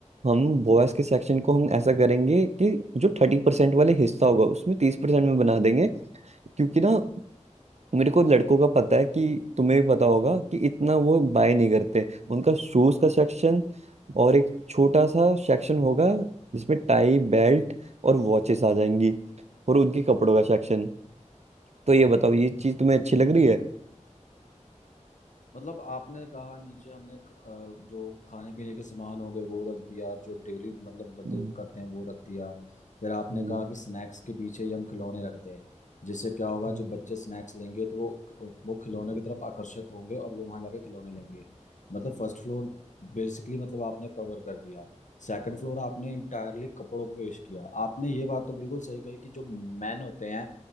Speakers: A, on the right; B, on the left.
A: हम बॉयज के सेक्शन को हम ऐसा करेंगे कि जो थर्टी परसेंट वाले हिस्सा होगा उसमें तीस परसेंट में बना देंगे क्योंकि ना मेरे को लड़कों का पता है कि तुम्हें भी पता होगा कि इतना वो बाय नहीं करते उनका शूज का सेक्शन और एक छोटा सा सेक्शन होगा जिसमें टाई बेल्ट और वॉचेस आ जाएंगी और उनके कपड़ों का सेक्शन तो ये बताओ ये चीज तुम्हें अच्छी लग रही है
B: मतलब आपने कहा नीचे हमने क- अ, जो खाने पीने के सामान हो गए वो रख दिया जो डेली मतलब बंदे
A: हम्म,
B: करते हैं वो रख दिया फिर आपने
A: हम्म,
B: कहा कि स्नैक्स के पीछे ही हम खिलौने रखते हैं जिससे क्या होगा
A: हम्म,
B: जो बच्चे स्नैक्स लेंगे तो वो वो खिलौने की तरफ आकर्षित होंगे और वो वहां जाके खिलौने लेंगे मतलब फर्स्ट फ्लोर बेसिकली मतलब आपने कवर कर दिया सेकंड फ्लोर आपने इंटायरली कपड़ों पे पेश किया आपने ये बात तो बिल्कुल सही कही कि जो मैन होते हैं